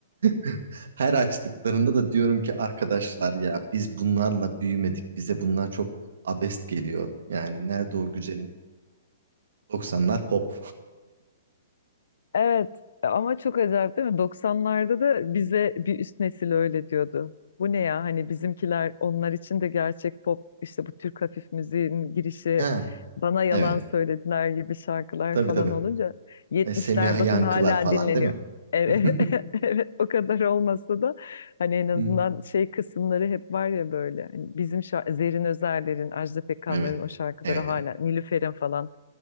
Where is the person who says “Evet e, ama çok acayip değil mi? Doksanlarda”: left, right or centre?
Left